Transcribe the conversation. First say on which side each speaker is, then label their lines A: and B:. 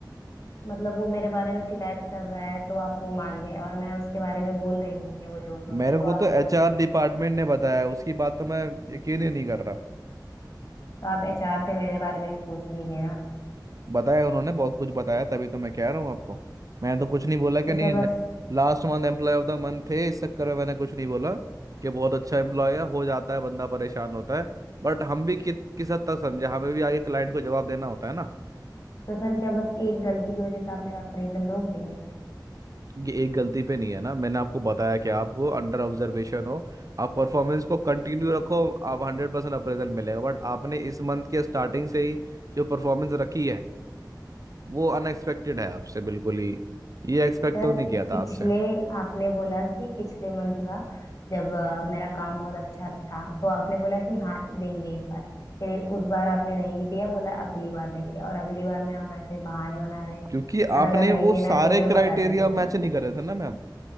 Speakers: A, on the left; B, on the right.
A: मतलब वो मेरे बारे में शिकायत कर रहा है तो आप वो मान गए और मैं उसके बारे में बोल रही हूँ कि वो झूठ बोल रहा
B: मेरे
A: है
B: को
A: तो
B: तो
A: आपको
B: एचआर
A: वो नहीं माना
B: डिपार्टमेंट
A: जाए
B: ने बताया उसकी बात तो मैं यकीन ही नहीं कर रहा
A: तो आप एचआर से मेरे बारे में भी पूछ लीजिए ना
B: बताया उन्होंने बहुत कुछ बताया तभी तो मैं कह रहा हूँ आपको मैंने तो कुछ नहीं बोला कि
A: तो
B: नहीं
A: सर बस
B: last month employee of the month थे इस चक्कर में मैंने कुछ नहीं बोला कि बहुत अच्छा एम्प्लॉय है हो जाता है बंदा परेशान होता है बट हम भी कि, किस हद तक समझे हमें भी आगे क्लाइंट को जवाब देना होता है ना
A: तो सर क्या बस एक गलती की वजह से आप मेरा अप्रेजल रोक देंगे
B: ये एक गलती पे नहीं है ना मैंने आपको बताया कि आप वो अंडर ऑब्जर्वेशन हो आप परफॉर्मेंस को कंटिन्यू रखो आप हंड्रेड परसेंट अप्रेजल मिलेगा बट आपने इस मंथ के स्टार्टिंग से ही जो परफॉर्मेंस रखी है वो अनएक्सपेक्टेड है आपसे बिल्कुल ही ये एक्सपेक्ट
A: सर
B: तो नहीं किया था
A: पिछले
B: आपसे
A: आपने बोला कि पिछले मंथ का जब अ, मेरा काम बहुत अच्छा था तो आपने बोला कि हाँ देंगे इस बार फिर उस बार आपने नहीं दिया बोला अगली बार देंगे और अगली बार में आप ऐसे बहाने बना रहे हैं
B: क्योंकि आपने
A: सर अगर
B: वो
A: नहीं देना
B: सारे
A: है तो भी
B: क्राइटेरिया
A: बता दीजिए
B: मैच
A: ना
B: नहीं करे थे ना मैम